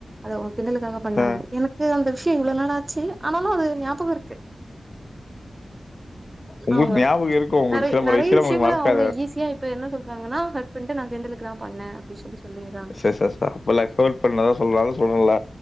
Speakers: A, on the right; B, on the left.
A: அது அவுங்க கிண்டலுக்காக பண்ணாங்க
B: ஆ
A: எனக்கு அந்த விஷ இவ்ளோ நாள் ஆச்சு ஆனாலு அது எனக்கு ஞாபகம் இருக்கு
B: உங்களுக்கு
A: அவுங்க
B: ஞாபகம் இருக்கும். உங்களுக்கு
A: நெறய
B: சில பல
A: நெறய
B: விஷயம்
A: விஷயங்கள
B: உங்களுக்கு மறக்காது.
A: அவுங்க ஈஸியா இப்ப என்ன சொல்றாங்கனா ந கிண்டலா கிண்டலுக்குதா பண்ணே அப்டி சொல்லி சொல்லிறாங்க
B: ச ச ச அப்புட்லா ட்ரோல் பண்ணதா சொல்லுவாங்கனு சொன்னேல